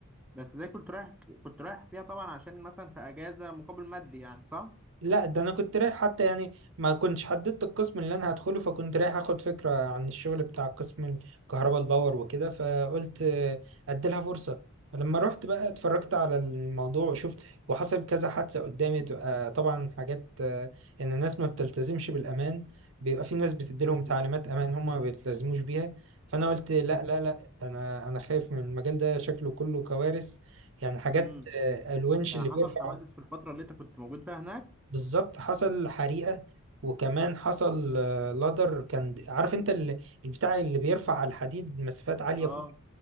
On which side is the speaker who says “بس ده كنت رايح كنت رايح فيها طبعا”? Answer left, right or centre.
Centre